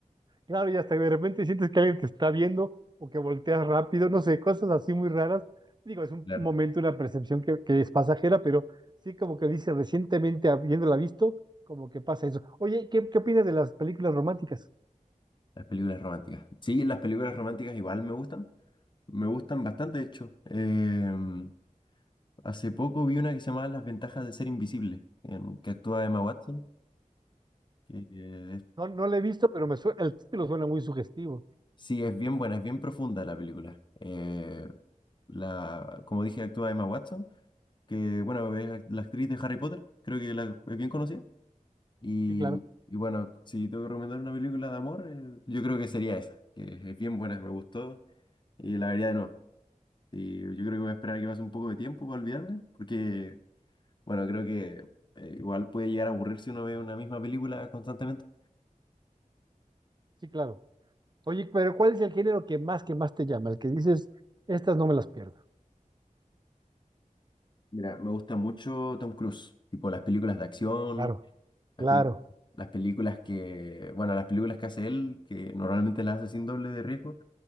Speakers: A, on the right; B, on the left.
A: Claro, y hasta de repente sientes que alguien te está viendo o que volteas rápido, no sé, cosas así muy raras. Digo, es un
B: Claro,
A: momento, una percepción que, que es pasajera, pero sí como que dice recientemente habiéndola visto, como que pasa eso. Oye, ¿qué, qué opinas de las películas románticas?
B: las películas románticas. Sí, las películas románticas igual me gustan, me gustan bastante, de hecho. Em, hace poco vi una que se llamaba Las ventajas de ser invisible, en, que actúa Emma Watson, que eh, es
A: No, no la he visto, pero me suena, el título suena muy sugestivo.
B: Sí, es bien buena, es bien profunda la película. Eh, la, como dije, actúa Emma Watson, que bueno, es act- la actriz de Harry Potter, creo que la, es bien conocida. Y,
A: Sí, claro,
B: y bueno, si tengo que recomendar una película de amor, eh, yo creo que sería esa, que es bien buena, me gustó y la vería de nuevo. Y yo creo que voy a esperar a que pase un poco de tiempo para olvidarme, porque bueno, creo que eh, igual puede llegar a aburrir si uno ve una misma película constantemente.
A: sí, claro. Oye, pero ¿cuál es el género que más, que más te llama? El que dices, estas no me las pierdo.
B: Mira, me gusta mucho Tom Cruise, tipo las películas de acción.
A: Claro,
B: Las,
A: claro.
B: pel- las películas que, bueno, las películas que hace él, que normalmente las hace sin doble de riesgo,